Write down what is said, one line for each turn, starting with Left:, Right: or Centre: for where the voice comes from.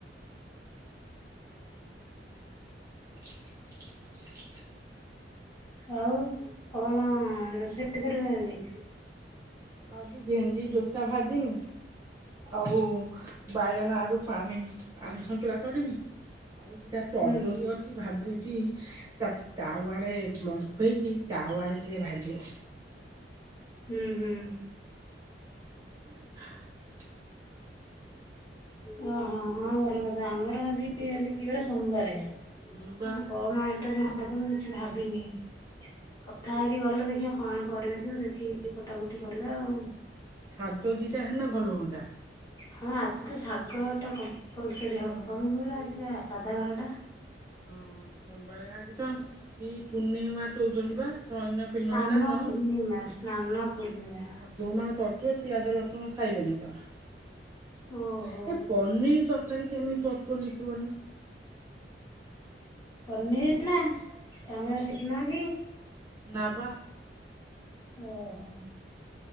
Right: ହ
Left: ଆଉ କଣ ରୋଷେଇ କରିବାଜି
Right: ଆଜି ଭେଣ୍ଡି ଜୋତା ଭା ଦମି ଆଉ ବାଇଗଣ ଆଡରୁ ପାଣି ପାଣି ହଥିଲା <unintelligible> ସରିନି ଦିଟା ଚର୍ଦରିୀ
Left: ହୁଁ।
Right: ଅଛି ଭାଜୁଚି। ତାୱାରେ ବମ୍ଫେଇକି ତାୱାରେ ଟିକେ ଭାଜିମି।
Left: ହୁଁ ହୁଁ।
Right: ହ <unintelligible>
Left: ଓହୋ ହଁ ଭଲ କଥା ଆମର ଆଜି ଆଜି କିିବାର ସୋମବାରେ
Right: ହଁ ବା
Left: ଆଜି କଣ ଆଇଟମ ହବ ମୁ କିଛି ଭାବିନି। କଥା ହେଇକି ଗଲେ ଦେଖିବା କଣ ପରିବା ଥିବ ଦେଖିକି କଟାକଟି କରିବା ଆଉ।
Right: ଖାଦ୍ୟ ଦିଟା ହେଲେ ଭଲ ହୁଅନ୍ତା।
Left: ହଁ ଆଜି ତ ଶାଗ ଟା କମ୍ପଲସରି ହବ କଣ ପାଇଁ କହିଲ ଆଜି ସାଧା ବାରଟା।
Right: ହଁ ସୋମବର ଆଜି ପା କି ପୂର୍ନିମା କଉଛନ୍ତି ବା ଚନ ପିନମ
Left: ସ୍ନାନ
Right: ନା ତଣ
Left: ପୂର୍ଣ୍ଣିମା ସ୍ନାନ ପୂର୍ଣ୍ଣିମା
Right: ହଁ ଦୋ ମ <unintelligible> ପିଆଜ ଲଠୁନ ଖାଇବେନି ତ ଏଇ
Left: ଓହୋ।
Right: ପନିର ତା କେମିତି ଅଥ ଲିଖିବନି <unintelligible>
Left: ପନିର ନା ତମେ ଶିଖିନ କି?
Right: ନାଁ ବା
Left: ଓ ହୋ।